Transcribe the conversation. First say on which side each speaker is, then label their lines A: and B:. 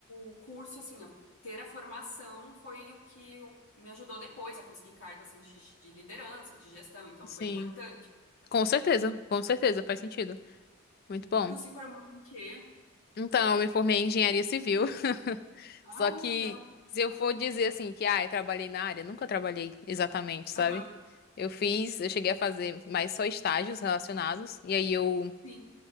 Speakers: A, on the left; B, on the left.
A: o curso, assim, eu- ter a formação foi o que eu- me ajudou depois a conseguir cargo, assim, de, de liderança, de gestão. Então,
B: Sim.
A: foi importante.
B: Com certeza, com certeza, faz sentido. Muito bom.
A: Tu se formou em quê?
B: Então, eu me formei em engenharia civil. <laughs>
A: Ah,
B: Só que
A: que legal.
B: se eu
A: Aham.
B: for dizer assim que, ah, eu trabalhei na área, nunca trabalhei exatamente, sabe?
A: Aham.
B: Eu fiz, eu cheguei a fazer mais só estágios relacionados, e aí eu
A: Sim.